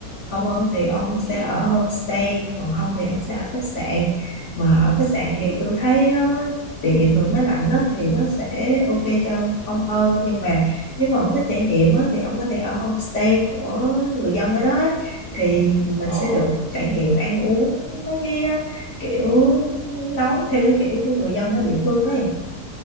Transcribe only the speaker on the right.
ừ,
ừ,
ờ,